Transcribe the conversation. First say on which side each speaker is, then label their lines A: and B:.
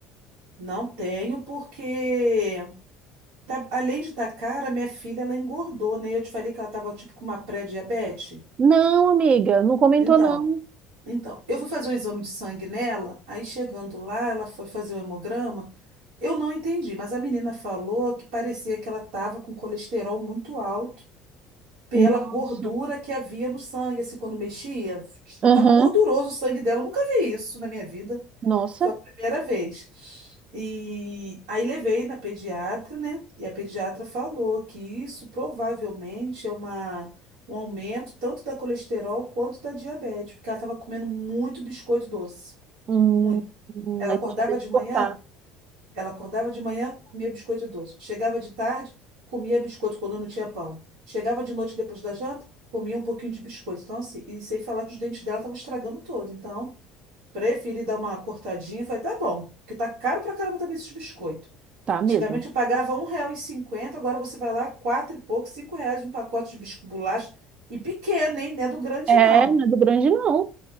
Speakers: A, on the right; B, on the right.
A: não tenho, porque tá- além de estar cara, minha filha, ela engordou, né? Eu te falei que ela tava tipo com uma pré-diabetes.
B: Não, amiga, não comentou
A: Então,
B: não.
A: Então, eu fui fazer um exame de sangue nela, aí chegando lá, ela foi fazer o hemograma. Eu não entendi, mas a menina falou que parecia que ela estava com colesterol muito alto pela
B: Nossa.
A: gordura que havia no sangue, assim, quando mexia, estava
B: Aham.
A: gorduroso o sangue dela. Eu nunca vi isso na minha vida
B: Nossa.
A: foi a primeira vez. E aí levei na pediatra, né? E a pediatra falou que isso provavelmente é uma, um aumento tanto da colesterol quanto da diabetes, porque ela estava comendo muito biscoito doce,
B: Hum,
A: muito.
B: hum,
A: Ela
B: aí
A: acordava
B: você já teve
A: de
B: que
A: manhã,
B: cortar.
A: ela acordava de manhã, comia biscoito doce. Chegava de tarde, comia biscoito quando não tinha pão. Chegava de noite depois da janta, comia um pouquinho de biscoito. Então, assim, e sem falar que os dentes dela estavam estragando todo. Então, Preferi dar uma cortadinha. Falei, tá bom, porque tá caro pra caramba também esses biscoitos.
B: Tá mesmo.
A: Antigamente eu pagava um real e cinquenta agora você vai lá, quatro e pouco, cinco reais um pacote de bisco bolacha. E pequeno, hein? Não é do grande,
B: É,
A: não.
B: não é do grande não.